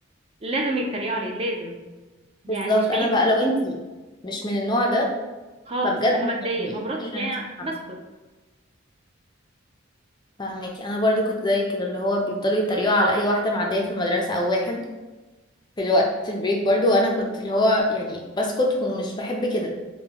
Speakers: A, on the right (about 30°); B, on the left (about 20°).
A: لازم يتريقوا عليه لازم يعني
B: بالظبط
A: مش بعيد
B: انا بقى لو انتي مش من النوع ده
A: خالص
B: فبجد
A: انا بتضايق
B: يعني
A: ما بردش
B: اشيلي
A: يعني
B: عن نفسك عنه
A: بسكت
B: فاهمك انا برضو كنت زي كده اللي هو بيفضلوا يتريقوا على اي واحده معديه في المدرسه او واحد في الوقت البريك برضو وانا كنت اللي هو يعني بسكت ومش بحب كده